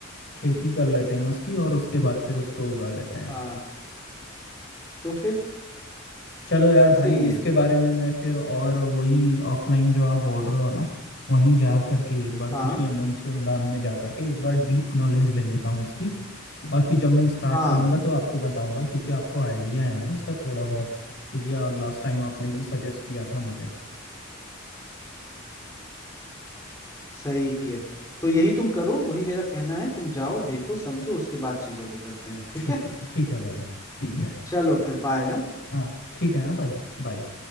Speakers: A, on the left (about 55°); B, on the left (about 15°).
A: खेती कर लेते हैं उसकी और उसके बाद फिर उसको उगा लेते हैं
B: हाँ तो फिर
A: चलो यार भाई
B: इसीलिए
A: इसके बारे में मैं फिर और वही ऑफलाइन जो आप बोल रहे हो ना वहीं जा करके एक बार
B: हाँ
A: कृषि अनुसंधान में जा करके एक बार डीप नॉलेज ले लेता हूँ इसकी और फिर जब मैं स्टार्ट
B: हाँ
A: करूँगा तो आपको बताऊँगा क्योंकि आपको आइडिया है ना इसका थोड़ा बहुत क्योंकि आप लास्ट टाइम आपने भी सजेस्ट किया था मुझे
B: सही है तो यही तुम करो वही मेरा कहना है तुम जाओ देखो समझो उसके बाद चीजों को करते हैं ठीक
A: ठीक
B: है
A: है ठीक है भाई ठीक है
B: चलो फिर बाय
A: हाँ ठीक है हाँ भाई बाय